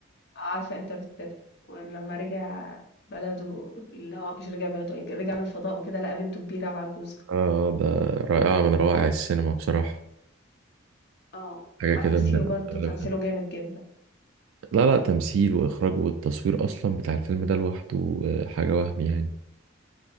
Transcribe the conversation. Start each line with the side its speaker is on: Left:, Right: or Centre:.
Left: عارفة انترستيلر ولما رجع بلده اللي هو مش رجع بلده إيه، رجع من الفضاء وكده لقى بنته كبيرة وعجوزة
Right: آه ده رائعة من روائع السينما بصراحة
Left: اه
Right: حاجة
Left: ماثيو
Right: كده من الأفلام
Left: برضو
Right: اللي
Left: تمثيله
Right: بحبها.
Left: جامد جدا
Right: لا لا تمثيل وإخراج والتصوير أصلا بتاع الفيلم ده لوحده آه، حاجة وهم يعني